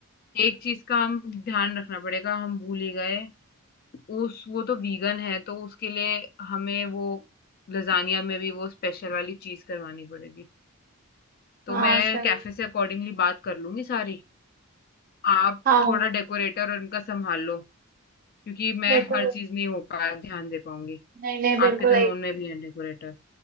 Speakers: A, on the left; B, on the right.
A: एक चीज का हम ध्यान रखना पड़ेगा हम भूल ही गए उस वो तो वीगन है तो उसके लिए हमें वो लजानिया में भी वो स्पेशल वाली चीज करवानी पड़ेगी तो
B: हाँ
A: मैं
B: सही
A: कैफे से अकॉर्डिंगली बात कर लूंगी सारी आप
B: हाँ
A: थोड़ा डेकोरेटर और इनका संभाल लो क्योंकि मैं
B: डेकोर
A: हर चीज नहीं हो पा ध्यान दे पाऊंगी
B: नहीं नहीं बिल्कुल
A: आपके तो
B: एक
A: नोन में भी है डेकोरेटर